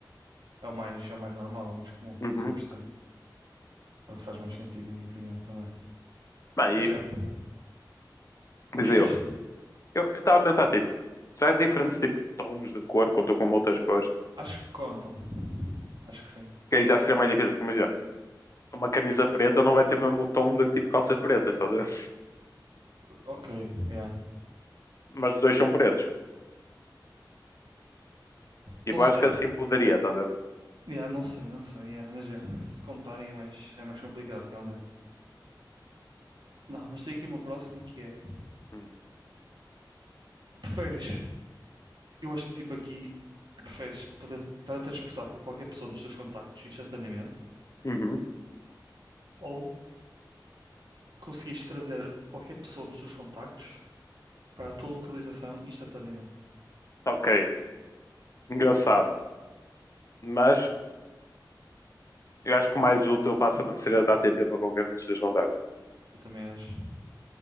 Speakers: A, on the right (about 70°); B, on the left (about 40°).
A: É o mais, é o mais normal, é o mais comum,
B: Uhum.
A: cem por cento. É o que faz mais sentido, na minha opinião, também.
B: Bem,
A: Mas
B: e
A: já,
B: dizer
A: diz diz.
B: outro. Eu estava a pensar,
A: Ok.
B: tipo, será que diferentes tipo, tons de cor contam com outras cores?
A: Acho que contam. Acho que sim.
B: Que aí já seria mais difícil, porque imagina, uma camisa preta não vai ter mesmo o tom de tipo calças pretas, estás a ver?
A: Ok, yeah.
B: Mas os dois são pretos. Tipo,
A: Não sei.
B: acho que assim poderia, estás a ver?
A: Yeah, não sei, não sei. Yeah, mas já, se contarem é mais, é mais complicado, realmente. Não, mas tem aqui uma próxima que é:
B: Hum.
A: preferes, eu acho que tipo aqui, preferes poder teletransportar para qualquer pessoa nos teus contactos instantaneamente
B: Uhum.
A: ou conseguires trazer qualquer pessoa nos teus contactos para a tua localização instantaneamente?
B: Ok, engraçado. Mas eu acho que o mais útil facilmente seria dar TP para qualquer um dos teus contactos.
A: Eu também acho